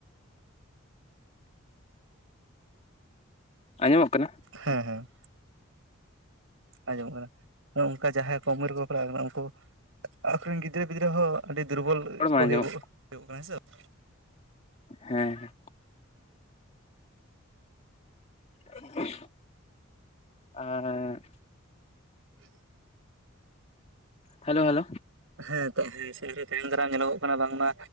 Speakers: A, on the left (about 30°); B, on the right (about 70°).
A: ᱟᱸᱡᱚᱢᱚᱜ ᱠᱟᱱᱟ?
B: ᱦᱮᱸ ᱦᱮᱸ ᱟᱸᱡᱚᱢ ᱠᱟᱱᱟ ᱱᱚᱝᱠᱟ ᱡᱟᱦᱟᱸᱭ ᱠᱚᱢ ᱩᱢᱮᱨ ᱨᱮᱠᱚ ᱵᱟᱯᱞᱟ ᱠᱟᱱᱟ᱾ ᱩᱱᱠᱩ ᱟᱠᱚ ᱨᱤᱱ ᱜᱤᱫᱽᱨᱟᱹ ᱯᱤᱫᱽᱨᱟᱹ ᱦᱚ--ᱸ ᱟᱹᱰᱤ ᱫᱩᱨᱵᱚᱞ
A: ᱨᱚᱲ ᱢᱟ
B: ᱠᱚ
A: ᱟᱸᱡᱚᱢᱚᱜ
B: ᱦᱩᱭᱩᱜ ᱦᱩᱭᱩᱜ ᱠᱟᱱᱟ ᱦᱮᱸ ᱥᱮ ᱵᱟᱝ?
A: ᱦᱮᱸ ᱦᱮᱸ ᱟᱸᱻ
B: <inaudible>
A: ᱦᱮᱞᱳ ᱦᱮᱞᱳ
B: ᱦᱮᱸ ᱛᱚ ᱦᱮᱸ ᱥᱮ ᱛᱟᱭᱚᱢ ᱫᱟᱨᱟ ᱧᱮᱞᱚᱜᱚᱜ ᱠᱟᱱᱟ ᱵᱟᱝᱢᱟ